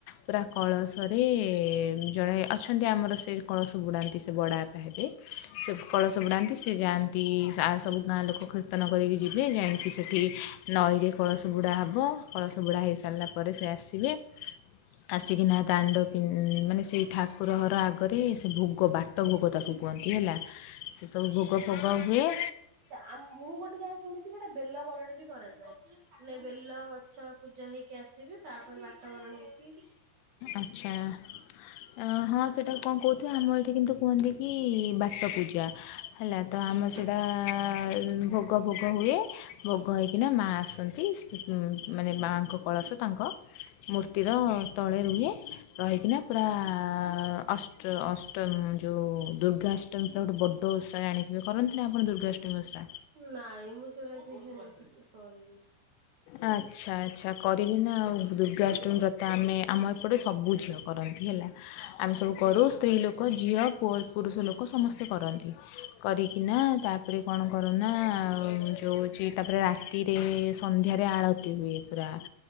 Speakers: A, on the left (about 85°); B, on the right (about 65°).
A: ପୁରା କଳସରେ ଜଣେ ଅଛନ୍ତି ଆମର ସେ କଳସ ବୁଡ଼ାନ୍ତି ସେ ବଡ଼ପା ହେବେ ସେ କଳସ ବୁଡ଼ାନ୍ତି ସେ ଯାଆନ୍ତି ସବୁ ସା ହା ସବୁ ଗାଁ ଲୋକ। କୀର୍ତ୍ତନ କରିକି ଯିବେ ଯାଇକି ସେଠି ନଈରେ କ ଳସ ବୁଡ଼ା ହେବ କଳସ ବୁଡ଼ା ହୋଇସାରିଲା ପରେ ସେ ଆସିବେ। ଆସିକି ନା ଦାଣ୍ଡ ପି ମାନେ ସେଇ ଠାକୁର ଘର ଆଗରେ ଭୋଗ ବାଟ ଭୋଗ ତାକୁ କୁହନ୍ତି ହେଲା ସେ ସବୁ ଭୋଗ ଫୋଗ ହୁଏ।
B: ଆ ମୁଁ ଗୋଟେ ଯାହା ଶୁଣିଛି ଗୋଟେ ବେଲ ବରଣୀ ବି କରାଯାଏ ନେ ବେଲ ଛ ପୂଜା ହେଇକି ଆସିବେ ତାପରେ ବାଟବରଣୀ।
A: ଆଚ୍ଛା। ହଁ ହଁ ସେଇଟା କଣ କହୁଥିବ ଆମ ଏଠି କିନ୍ତୁ କୁହନ୍ତି କି ବାଟ ପୂଜା। ହେଲା ତ
B: ହୁଁ
A: ଆମର ସେଟା। ଏ ଭୋଗ ଭୋଗ ହୁଏ ଭୋଗ ହେଇକିନା ମା ଆସନ୍ତି ମାନେ ମାଙ୍କ କଳସ ତାଙ୍କ ମୂର୍ତିର ତଳେ ରୁହେ ରହିକିନା ପୁରା ଅଷ୍ଟ ଅଷ୍ଟ୍ର ଯେଉ ଦୁର୍ଗାଷ୍ଟମୀ ସବୁଠୁ ବଡ଼ ଓଷା ଆଣିଥିବେ କରନ୍ତି ନା ଆପଣ ଦୁର୍ଗାଷ୍ଟମୀ ଓଷା?
B: ନାଇଁ ମୁଁ ସେଇରା କିଛି କରେନି।
A: ଆଚ୍ଛା ଆଚ୍ଛା କରିବି ନା ଆଉ ଦୁର୍ଗାଷ୍ଟମୀ ପ୍ରତ ଆମେ ଆମ ଏପଟେ ସବୁ ଝିଅ କରନ୍ତି ହେଲା ଆମେ ସବୁ କରୁ ସ୍ତ୍ରୀ ଲୋକ ଝିଅ ପୁରୁଷ ଲୋକ ସମସ୍ତେ। କରନ୍ତି କରିକିନା ତାପରେ କଣ କରୁନା ଯେଉହୋଚି ତାପରେ ରା ରାତିରେ ସନ୍ଧ୍ୟାରେ ଆଳତି ହୁଏ। ପୁରା